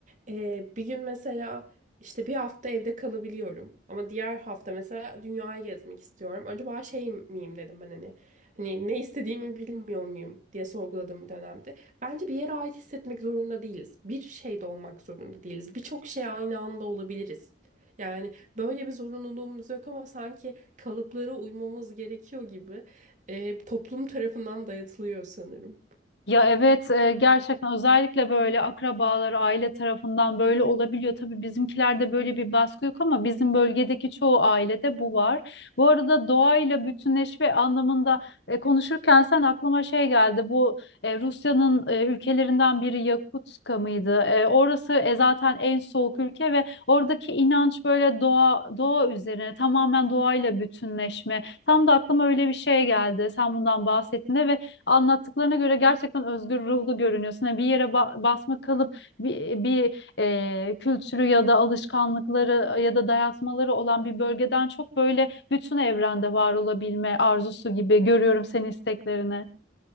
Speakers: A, on the right; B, on the left.
A: Ee, bir gün mesela işte bir hafta evde kalabiliyorum ama diğer hafta mesela dünyayı gezmek istiyorum. Acaba şey miyim dedim ben hani hani ne istediğimi bilmiyor muyum diye sorguladığım bir dönemde. Bence bir yere ait hissetmek zorunda değiliz. Bir şeyde olmak zorunda değiliz. Birçok şey aynı anda olabiliriz. Yani böyle bir zorunluluğumuz yok ama sanki kalıplara uymamız gerekiyor gibi e, toplum tarafından dayatılıyor sanırım.
B: Ya evet e, gerçekten özellikle böyle akrabaları aile tarafından böyle olabiliyor. Tabii bizimkilerde böyle bir baskı yok ama bizim bölgedeki çoğu ailede bu var. Bu arada doğayla bütünleşme anlamında e, konuşurken sen aklıma şey geldi. Bu e, Rusya'nın e, ülkelerinden biri Yakutska mıydı? E, orası e, zaten en soğuk ülke ve oradaki inanç böyle doğa doğa üzerine tamamen doğayla bütünleşme. Tam da aklıma öyle bir şey geldi. Sen bundan bahsettiğinde ve anlattıklarına göre gerçekten özgür ruhlu görünüyorsun. Yani bir yere ba- basma kalıp bir, bir e, kültürü ya da alışkanlıkları ya da dayatmaları olan bir bölgeden çok böyle bütün evrende var olabilme arzusu gibi görüyorum senin isteklerini.